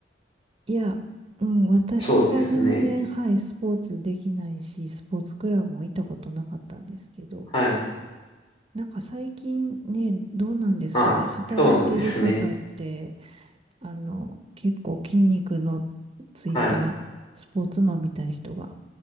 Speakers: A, on the right (about 35°); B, on the left (about 30°).
A: いや、うん、私は全然、
B: そうですね。
A: はい、スポーツできないし、スポーツクラブも行ったことなかったんですけど、
B: はい。
A: なんか最近ね、どうなんですかね、
B: あ、
A: 働いてる方って、
B: そうなんですね。
A: あの、結構筋肉のついたスポーツマンみたいな人が
B: はい。